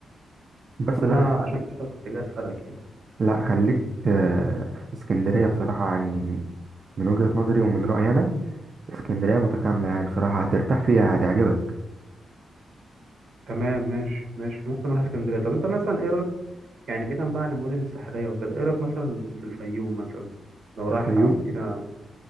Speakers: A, on the right; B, on the right.
A: بس
B: فانا
A: لا خ-
B: عشان كده كنت جاي اسالك يعني
A: لا خليك آه، في اسكندرية بصراحة يعني من وجهة نظري ومن رأيي انا اسكندرية متكاملة يعني بصراحة هترتاح فيها هتعجبك
B: تمام ماشي ماشي ممكن نروح اسكندرية طب انت مثلا ايه رايك يعني بعيدا بقى عن المدن الساحلية وكده ايه رايك مثلا في الفيوم مثلا لو رايح
A: الفيوم
B: مدينة